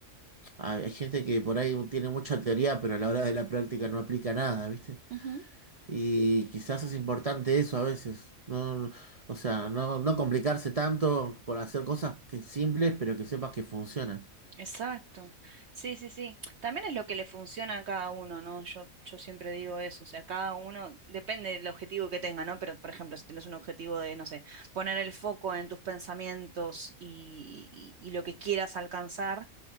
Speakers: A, on the right; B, on the right.
A: hay, hay gente que por ahí tiene mucha teoría, pero a la hora de la práctica no aplica nada, ¿viste?
B: Ujú,
A: Y quizás es importante eso a veces. No, o sea, no, no complicarse tanto por hacer cosas que simples, pero que sepas que funcionan.
B: Exacto. Sí, sí, sí. También es lo que le funciona a cada uno, ¿no? Yo, yo siempre digo eso, o sea, cada uno, depende del objetivo que tenga, ¿no? Pero, por ejemplo, si tienes un objetivo de, no sé, poner el foco en tus pensamientos y, y- y lo que quieras alcanzar,